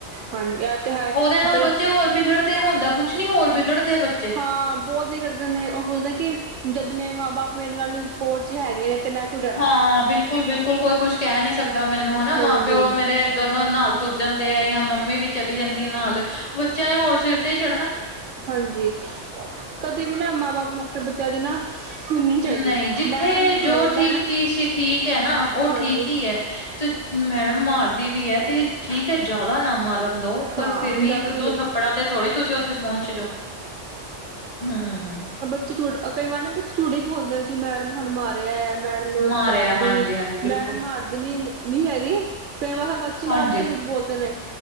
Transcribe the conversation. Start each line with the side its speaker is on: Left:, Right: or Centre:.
Right: ਹਾਂਜੀ, ਐ ਤੇ ਹੈ।
Left: ਓਹਦੇ ਨਾਲ
Right: ਬੜੇ
Left: ਬੱਚੇ ਹੋਰ ਬਿਗੜਦੇ ਹੁੰਦਾ ਕੁਛ ਨੀ ਹੋਰ ਬਿਗੜਦੇ ਐ ਬੱ
Right: ਹਾਂ, ਬੋਤ ਵਿਗੜਦੇ ਨੇ ਓਹ ਸੋਹਦੇ ਕਿ ਜਦ ਮੇਰ ਮਾਂ-ਬਾਪ ਮੇਰੇ ਨਾਲ ਸਪੋਟ ਚ ਹੈਗੇ ਨੇ ਤੇ ਮੈਂ ਕਿਉਂ ਡਰਾਂ।
Left: ਹਾਂ, ਬਿਲਕੁਲ ਬਿਲਕੁਲ ਕੋਈ ਕੁਛ ਕੈਹ ਨੀ ਸਕਦਾ ਮੈਨੂੰ ਹਨਾ,
Right: ਹਾਂਜੀ,
Left: ਮਾਂ-ਪਿਓ ਮੇਰੇ ਦੋਨੋ ਨਾਲ ਤੁਰ ਜਾਂਦੇ ਹੈ ਯਾ ਮੰਮੀ ਵੀ ਚਲੀ ਜਾਂਦੀ ਏ ਨਾਲ ਬੱਚਿਆਂ ਨੇ ਹੋਰ ਸਿਰ ਤੇ ਹੀ ਚੜਨੈ।
Right: ਹਾਂਜੀ, ਕਦੀ ਵੀ ਨਾ ਮਾਂ-ਬਾਪ ਨੂੰ ਅਪਣੇ ਬੱਚਿਆਂ ਦੇ ਨਾ ਸੁਣਨੀ ਚਾਹੀਦੀ।
Left: ਨਹੀਂ, ਜਿੱਥੇ
Right: ਮੈਡਮ ਦੀ ਸੁਣੋ
Left: ਜੋ ਠੀਕ
Right: ਮੈਡਮ
Left: ਚੀਜ਼ ਸੀ ਠੀਕ ਹੈ ਨਾ ਓਹ
Right: ਹਾਂਜੀ,
Left: ਠੀਕ ਹੀ ਐ। ਤ ਮੈਂ ਡਮ ਮਾਰਦੀ ਵੀ ਐ, ਤੇ ਠੀਕ ਹੈ ਜੈਦਾ ਨਾ ਮਾਰਨ ਦੋ ਪਰ
Right: ਹਾਂ
Left: ਫੇਰ ਵੀ
Right: ਜ਼ਿਆਦਾ
Left: ਇੱਕ-ਦੋ
Right: ਨੀ।
Left: ਥੱਪ ੜਾ ਤੇ ਥੋੜ੍ਹੀ ਤੁਸੀਂ ਔਥੇ ਪੌੰਚ ਜੋ। ਹੂੰ ਹੂੰ।
Right: ਚ ਚੂਡ ਅ ਕਈ ਵਾਰ ਨਾ ਬੱਚੇ ਚੂਡ ਈ ਬੋਲਦੈ ਕਿ ਮੈਡਮ ਨੇ ਸਾਨ ਮਾਰ ਰਿਹਾ ਮੈਡਮ ਨੂੰ
Left: ਮਾਰਿਆ
Right: ਮਾਰ ਵੀ
Left: ਹਾਂਜੀ ਹਾਂਜੀ ਬਿਲਕੁਲ
Right: ਮੈਡਮ ਮਾਰਦੇ ਨ ਨੀ ਹੈਗੀ। ਕਈ ਵਾਰ ਸੱਚੀ ਮਾਰ
Left: ਹਾਂਜੀ
Right: ਨਾਲ ਕ ਬੋਲਦੇ ਨੇ।